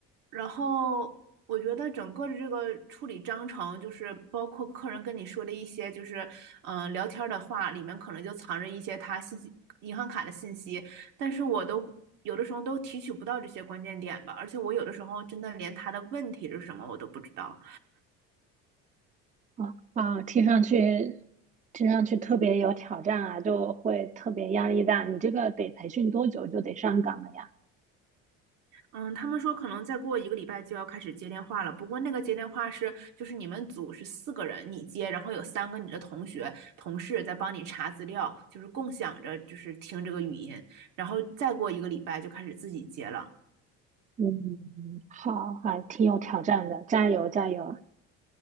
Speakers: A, on the right; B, on the right.
A: 然后我觉得整个的这个处理章程，就是包括客人跟你说的一些，就是嗯、呃聊天儿的话，里面可能就藏着一些他信息、银行卡的信息，但是我都有的时候都提取不到这些关键点吧，而且我有的时候真的连他的问题是什么我都不知道。
B: 啊啊，听上去听上去特别有挑战啊，就会特别压力大。你这个得培训多久就得上岗了呀？
A: 嗯，他们说可能再过一个礼拜就要开始接电话了。不过那个接电话是，就是你们组是四个人，你接，然后有三个你的同学、同事在帮你查资料，就是共享着，就是听这个语音。然后再过一个礼拜就开始自己接了。
B: 嗯，好，还挺有挑战的，加油加油。